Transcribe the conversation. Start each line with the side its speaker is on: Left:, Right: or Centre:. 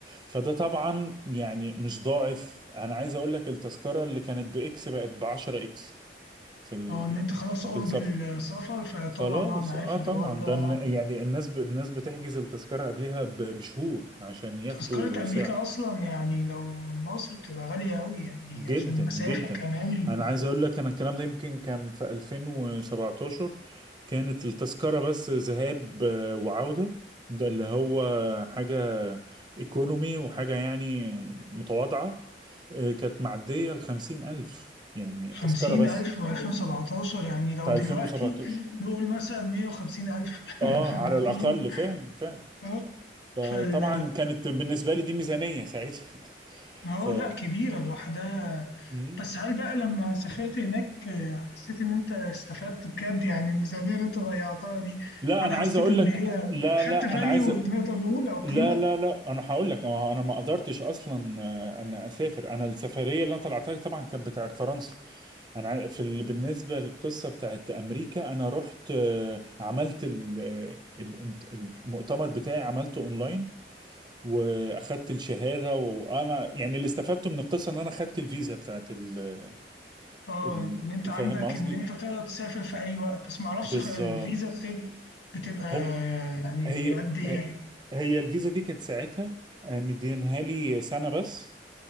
Right: فده طبعا يعني مش ضاعف انا عايز اقول لك التذكره اللي كانت باكس بقت ب 10 اكس في ال...
Left: اه إن أنت خلاص قرب
Right: في السفر
Left: السفر فطبعا
Right: خلاص
Left: أه أنا عارف
Right: اه
Left: الحوار
Right: طبعا
Left: ده
Right: ده الن- يعني الناس ب... الناس بتحجز التذكرة قبلها ب... بشهور عشان ياخدوا
Left: تذكرة أمريكا
Right: سعر
Left: أصلا يعني لو من مصر بتبقى غالية أوي يعني
Right: جدا
Left: عشان المسافة
Right: جدا
Left: كمان
Right: انا عايز اقول لك انا الكلام ده يمكن كان في 2017 كانت التذكرة بس ذهاب آه، وعودة ده اللي هو حاجة ايكونومي وحاجة يعني متواضعة آه، كانت معدية الخمسين ألف يعني
Left: خمسين
Right: تذكرة بس
Left: ألف وألفين سبعتاشر يعني لو
Right: في
Left: دلوقتي
Right: 2017
Left: نقول مثلا مية وخمسين ألف
Right: اه
Left: <laughs>
Right: على
Left: ميتين
Right: الأقل فعلا فعلا
Left: اه
Right: فطبعا
Left: فال
Right: كانت بالنسبه لي دي ميزانيه ساعتها <laughs>
Left: اه
Right: ف
Left: لأ كبيرة لوحدها
Right: مم.
Left: بس هل بقى لما سافرت هناك حسيت إن أنت استفدت بجد يعني الميزانية اللي أنت ضيعتها دي
Right: لا
Left: هل
Right: انا
Left: حسيت
Right: عايز اقول
Left: إن
Right: لك
Left: هي
Right: لا
Left: خدت
Right: لا
Left: فاليو
Right: انا عايز
Left: نقدر نقول أو قيمة؟
Right: لا لا لا انا هقول لك ما هو انا ما قدرتش اصلا آه، انا اسافر انا السفريه اللي انا طلعتها طبعا كانت بتاعت فرنسا انا عاي- في ال... بالنسبه للقصه بتاعت امريكا انا رحت آه، عملت ال... آه، ال- المؤتمر بتاعي عملته اونلاين واخدت الشهاده وانا يعني اللي استفدته من القصه ان انا خدت الفيزا بتاعت ال...
Left: اه
Right: ال-
Left: ان انت عندك
Right: فاهم قصدي
Left: ان انت تقدر تسافر في اي وقت بس ما اعرفش
Right: بالظبط
Left: غير الفيزا بتبقى بتبقى
Right: هم
Left: يعني
Right: هي
Left: قد ايه
Right: هي الفيزا دي كانت ساعتها آه، مدينها لي سنة بس